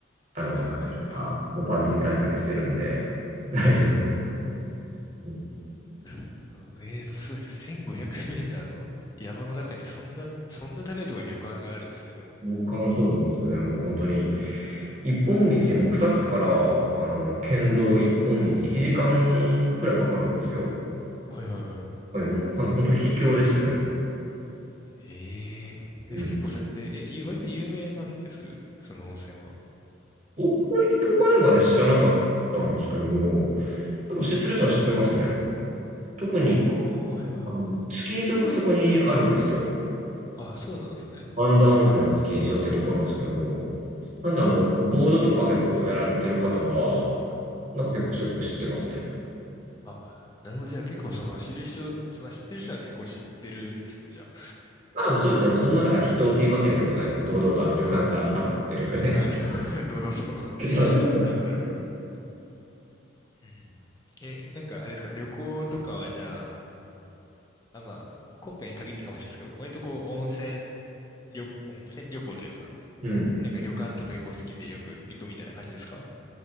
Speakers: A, on the right; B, on the left.
A: あの、
B: はいはいはい。
A: とか、もう万全対策してるんで、<laughs> 大丈夫です。
B: うんう
A: うん
B: んうんうん。なるほど。なるほどえーと、そうですね。1500メーターの山の中にそんな、そんな高いところに旅館があるんですね、でも。
A: 僕はそうですね。もう本当に、一本道も草津から、あの、県道一本道、1時間くらいかかるんですよ。
B: はいはいはい。
A: これもうほん本当秘境ですね。
B: えええ、
A: うん
B: 結構そうやって、え、ゆ割と有名なんですその温泉は。
A: 僕は行く前まで知らなかったんですけども、やっぱ知ってる人は知ってますね。特に、
B: ああ、はいはいはい。
A: あの、スキー場がそこにあるんですよ。
B: あ、そうなんですね。
A: 万座温泉スキー場っていうところなんですけども、
B: うんうんうん
A: なんであの、ボードとか結構やられてる方は、なんか結構ショックしてますね。
B: あ、なるほど。じゃあ結構その知る人、まあ、知ってる人は結構知ってるんですね、じゃ
A: まあ、そうですね。まあ、そんな中人っていうわけでもないですね。堂々とあの旅館が立ってるくらいなので。
B: あ。あ、あ <laughs> どうぞどうぞ。
A: <laughs>
B: <laughs> なるほど、なるほど。うん。え、なんかあれですか、旅行とかはじゃあ、あ、まあ、今回に限ってかもしれないですけど、割とこう、温泉旅、温泉旅行というか、
A: うん。
B: なんか旅館とか結構好きでよく行くみたいな感じですか